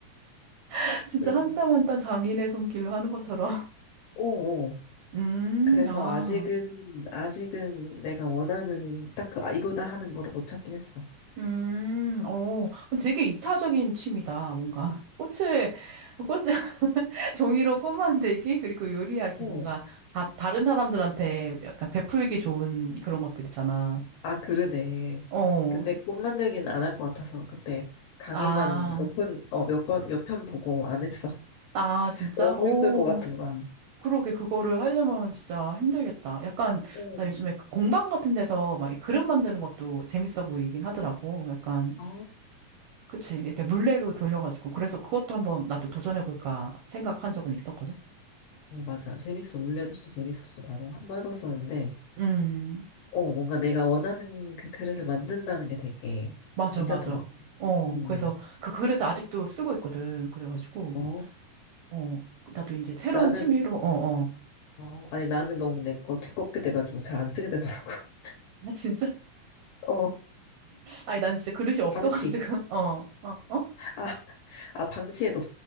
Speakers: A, on the right; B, on the left.
A: <laughs> 진짜
B: 응.
A: 한땀한땀 장인의 손길로 하는 것처럼.
B: 오, 오.
A: <laughs> 음,
B: 그래서
A: 아,
B: 아직은 아직은 내가 원하는 딱 그, 아, 이거다 하는 거를 못 찾긴 했어.
A: 음, 어, 되게 이타적인 취미다, 뭔가. 꽃을, 꽃, 종이로 꽃 만들기, 그리고 요리하기,
B: 오.
A: 뭔가 다, 다른 사람들한테 약간 베풀기 좋은 그런 것들이잖아.
B: 아, 그러네.
A: 어,
B: 근데 꽃 만들기는 안 할 것 같아서 그때 강의만
A: 아,
B: 몇 편, 어, 몇 번, 몇 편 보고 안 했어.
A: 아, 진짜?
B: <laughs> 너무
A: 오,
B: 힘들 것 같은 거야.
A: 그러게, 그거를 하려면 진짜 힘들겠다. 약간,
B: 오.
A: 나 요즘에 그 공방 같은 데서 막이 그림 만드는 것도 재밌어 보이긴 하더라고. 약간,
B: 아,
A: 그치, 이렇게 물레로 돌려가지고. 그래서 그것도 한번 나도 도전해볼까 생각한 적은 있었거든.
B: 네, 맞아. 재밌어. 원래도 진짜 재밌었어. 나는 한 번 해봤었는데,
A: 음,
B: 어, 뭔가 내가 원하는 그 그릇을 만든다는 게 되게
A: 맞아,
B: 괜찮더라.
A: 맞아. 어,
B: 음.
A: 그래서, 그, 그래서 아직도 쓰고 있거든. 그래가지고.
B: 어,
A: 어, 나도 이제 새로운
B: 나는,
A: 취미로, 어, 어.
B: 어, 아니, 나는 너무 내 거 두껍게 돼가지고 잘 안 쓰게 되더라고. <laughs>
A: 아, 진짜?
B: 어,
A: 아니, 나는 진짜 그릇이 없어가지고,
B: 방치.
A: <laughs> 어, 어, 어?
B: 아, 아, 방치해뒀어.